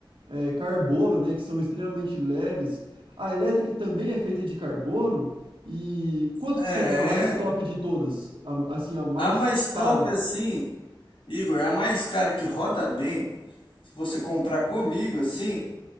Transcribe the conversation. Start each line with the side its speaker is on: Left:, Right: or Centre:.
Right: é, carbono, né? Que são extremamente leves. A elétrica também é feita de carbono. E quanto
Left: É,
Right: que seria a mais top de todas? A- assim, a mais
Left: a mais top
Right: cara?
Left: assim, Igor, a mais cara que roda bem, se você comprar comigo assim,